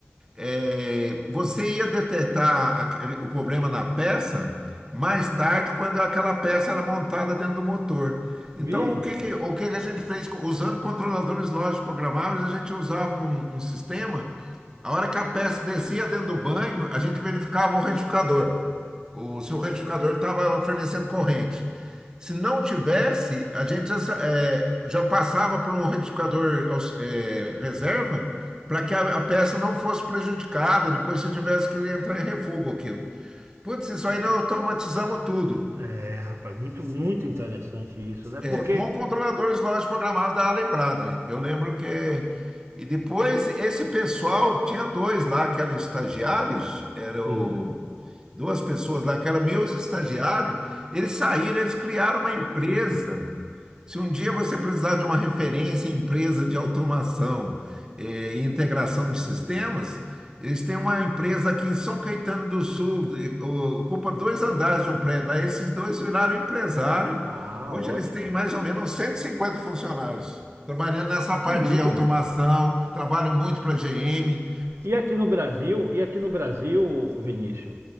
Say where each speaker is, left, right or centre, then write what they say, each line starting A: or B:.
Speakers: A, on the right; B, on the right.
A: É, você ia detectar aquele- o problema na peça mais tarde, quando aquela peça era montada dentro do motor. Então,
B: Vige?
A: o que que, o que que a gente fez? Co- Usando controladores lógicos programáveis, a gente usava um, um sistema. A hora que a peça descia dentro do banho, a gente verificava o retificador. O, se o retificador estava fornecendo corrente. Se não tivesse, a gente já, sa- é, já passava para um retificador aux- é, reserva para que a, a peça não fosse prejudicada, depois se tivesse que entrar em refugo aquilo. Putz, isso aí nós automatizamos tudo.
B: É, rapaz, muito, muito interessante isso, né?
A: É,
B: Porque
A: com controladores lógicos programados da Lembrado. hein? Eu lembro que. E depois esse pessoal, tinha dois lá que eram estagiários, era o
B: Uhum.
A: duas pessoas lá, que eram meus estagiários, eles saíram, eles criaram uma empresa. Se um dia você precisar de uma referência em empresa de automação eh, e integração de sistemas, eles têm uma empresa aqui em São Caetano do Sul, eh, o- ocupa dois andares de um prédio lá. Esses dois viraram empresário.
B: ah,
A: Hoje
B: ótimo.
A: eles têm mais ou menos uns 150 funcionários. Trabalhando nessa parte
B: é muito
A: de automação,
B: bom.
A: trabalham muito para a GM.
B: E aqui no Brasil, e aqui no Brasil, Vinícius,